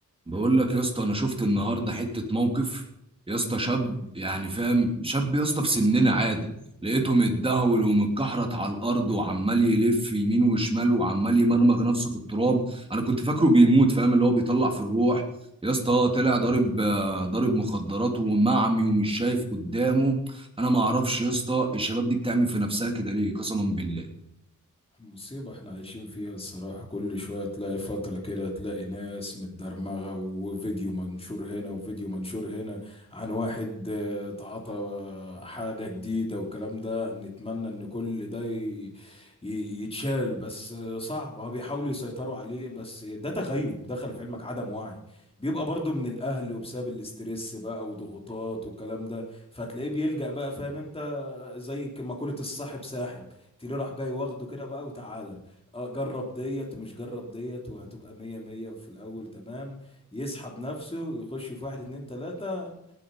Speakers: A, on the right; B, on the left.
A: بقول لك يا اسطى انا شفت النهارده حته موقف يا اسطى شاب
B: ايه هو
A: يعني فاهم شاب يا اسطى في سننا عادي لقيته متدهول ومتكحرت على الارض وعمال يلف يمين وشمال وعمال يمرمغ نفسه في التراب انا كنت فاكره
B: لا
A: بيموت فاهم اللي هو بيطلع في الروح يا اسطى طلع
B: لا
A: ضارب آه، ضارب مخدرات ومعمي ومش شايف قدامه انا ما اعرفش يا اسطى الشباب دي بتعمل في نفسها كده ليه قسما بالله
B: مصيبة احنا عايشين فيها الصراحة كل شوية تلاقي فترة كده تلاقي ناس متدرمغة وفيديو منشور هنا وفيديو منشور هنا عن واحد اه، تعاطى حاجة جديدة والكلام ده نتمنى ان كل ده ي- ي- يتشال بس اه، صعب هو بيحاولوا يسيطروا عليه بس ده تغيب دخل في علمك عدم وعي بيبقى برضو من الاهل وبسبب الاسترس بقى وضغوطات والكلام ده فتلاقيه بيلجأ بقى فاهم انت زي ك- مقولة الصاحب ساحب تيلي راح جاي واخده كده بقى وتعالى اه جرب ديت ومش جرب ديت وهتبقى مية مية في الأول تمام يسحب نفسه يخش في واحد اتنين تلاتة